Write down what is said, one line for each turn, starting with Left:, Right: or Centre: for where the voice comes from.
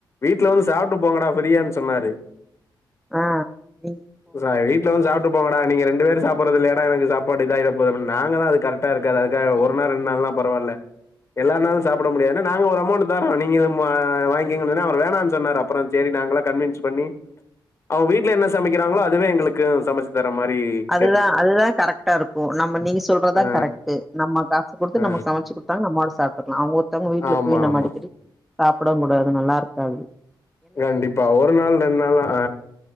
Left: வீட்டுல வந்து சாப்பிட்டு போங்கடா ஃபிரியானு சொன்னாரு
Centre: ஆ நீ
Left: எப்ட்றா வீட்ல வந்து சாபட்டு போங்கடா நீ ரெண்டு பேரு சாப்ட்டு போறதில்லையாடா எனக்கு சாப்பாடு இதாயிட போது அப்டின் நாங்க தா அது கரெக்டா இருக்காது அதுக்காக ஒரு நாள் ரெண்டு நாள்லா பரவால்ல எல்லார் னாலு சாப்ட முடியாதுன்னு நாங்க ஒரு அமௌண்ட் தர்றோ நீங்க இத்தல மா வாங்கிங்கங்கன்னா சொன்னே அவர் வேணான்னு சொன்னார் அப்றோ சரி நாங்கள்லா கன்வின்ஸ் பண்ணி அவங்க வீட்டுல என்ன சமக்கிறாங்களோ அதுவே எங்களுக்கு சமச்சு தர்ற மாரி
Centre: அதுதா
Left: கேட்ருக்கோ
Centre: அதுதா கரெக்ட்டாருக்கும் நம்ம நீங்க சொல்றதா
Left: ஆ
Centre: கரெக்ட் நம்ம காசு குடுத்து
Left: ஆ
Centre: நம்ம சமச்சு குடுத் குட் தாங் நம்ம பாட்டு சாப்ட்டுக்கலா அவுங்க ஒர்த்தங்க வீட்டுல
Left: ஆமா
Centre: போய் நம்ம
Left: ஆமா
Centre: அடிக்கடி சாப்டவு கூடாது நல்லாருக்காது
Left: கண்டிப்பா ஒரு நாள் ரெண்டு நாள் ஆ